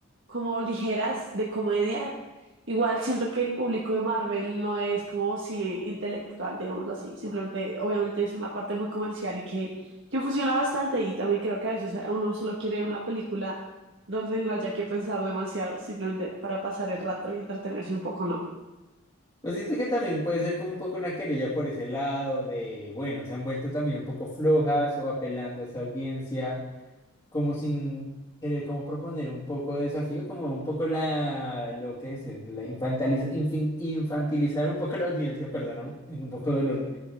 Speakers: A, on the right; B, on the left.
A: como ligeras de comedia. Igual siento que el público de Marvel no es como cine intelectual, digámoslo así. Simplemente, obviamente es una parte muy comercial y que, que funciona bastante. Y también creo que a veces a uno se lo quiere en una película donde no haya que pensar demasiado, simplemente para pasar el rato y entretenerse un poco, ¿no?
B: Pues siento que también puede ser como un poco una querella por ese lado de, bueno, se han vuelto también un poco flojas o apelando a esa audiencia, como sin querer como proponer un poco de desafío, como un poco la, lo que es, la infantiliza- infin- infantilizar un poco la audiencia, perdóname, tengo un poco de dolor